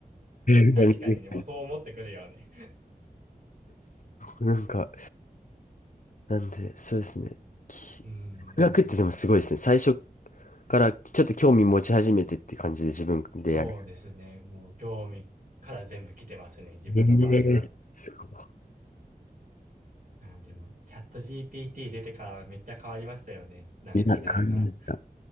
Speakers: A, on the left; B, on the right.
A: <laughs>
B: 確かにね、もうそう思ってくるよね。
A: なんか、なんで、そうですね。き
B: うーん。
A: 独学ってでもすごいですね。最初からちょっと興味持ち始めてって感じで自分でやる。
B: そうですね。もう興味から全部来てますね、自分の場合は。
A: ええすごい
B: あ、でも、チャット GPT 出てからめっちゃ変わりましたよね。なんか時代が。
A: いや、変わりました。